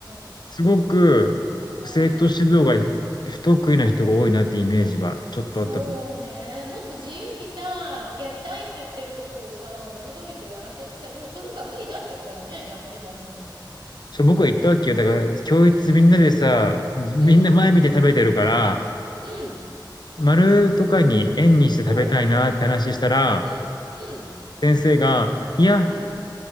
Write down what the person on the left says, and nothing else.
すごく生徒指導が不得意な人が多いなってイメージはちょっとあったかも。
そう僕は言ったわけよ。だから教室みんなでさ、
みんな前見て食べてるから、
丸とかに円にして食べたいなって話したら、
先生が、いや、